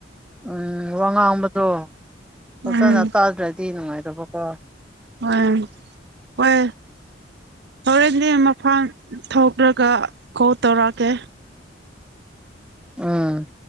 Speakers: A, in the centre; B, on the right.
A: ꯎꯝ ꯋꯥ ꯉꯥꯡꯕꯗꯣ ꯐꯖꯅ
B: ꯎꯝ
A: ꯇꯥꯗ꯭ꯔꯗꯤ ꯅꯨꯡꯉꯥꯏꯗꯕꯀꯣ
B: ꯍꯣꯏ ꯍꯣꯏ ꯍꯣꯔꯦꯟꯗꯤ ꯃꯐꯥꯟ ꯊꯣꯛꯔꯒ ꯀꯣꯜ ꯇꯧꯔꯛꯑꯒꯦ
A: ꯎꯝ